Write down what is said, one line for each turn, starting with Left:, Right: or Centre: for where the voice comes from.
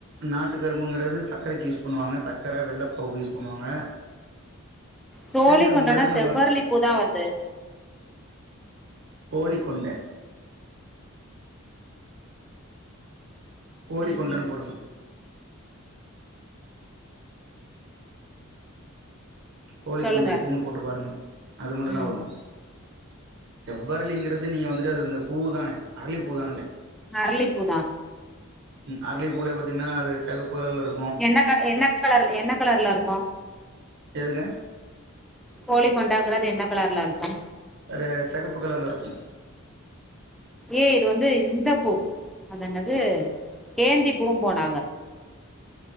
Right: நாட்டு கரும்புங்கறது சக்கரைக்கு யூஸ் பண்ணுவாங்க சக்கர வெள்ளப்பாகு யூஸ் பண்ணுவாங்க
Centre: சோழி
Right: செங்கரும்புங்கிறது
Centre: கொண்டனா செவ்வர்லி
Right: நம்ம
Centre: பூதா வருது
Right: கோழிக்கொண்ட கோழிக்கொண்டனு
Centre: ம் ம்
Right: போடுங்க கோழிக்கொண்டை
Centre: சொல்லுங்க
Right: பூனு போட்டு பாருங்க அது மட்டு தா
Centre: ம்
Right: வரு செவ்வர்ளிங்கறது நீங்க வந்துட்டு அது இந்த பூ தானே அரளி பூ தானுங்ளே
Centre: அர்ளிப்பூ தா
Right: ம் அர்ளிப்பூலே பாத்தீங்கன்னா அது செகப்பு கலர்லரு
Centre: என்ன க என்ன கலர் என்ன கலர்லருக்கு
Right: எதுங்க
Centre: கோழி கொண்டங்கறது என்ன கலர்லருக்கு
Right: அது செகப்பு கலர்லருக்கு
Centre: ஏ இது வந்து இந்த பூ அது என்னது கேந்தி பூபோம் நாங்க